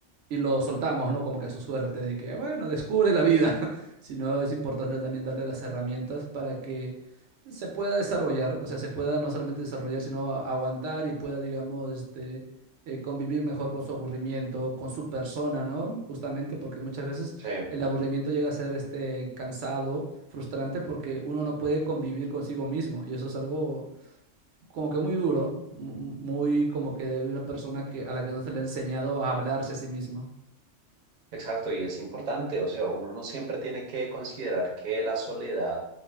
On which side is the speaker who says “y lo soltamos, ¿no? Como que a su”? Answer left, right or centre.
Right